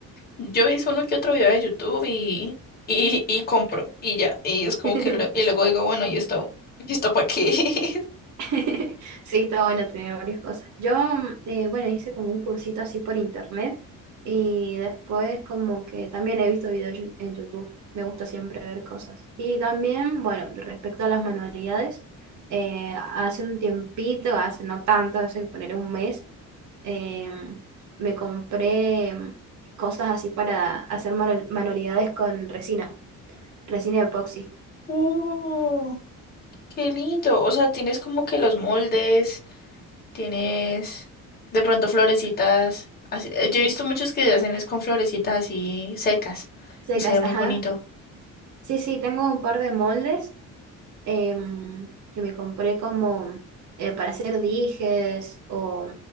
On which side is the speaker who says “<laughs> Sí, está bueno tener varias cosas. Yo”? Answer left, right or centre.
Right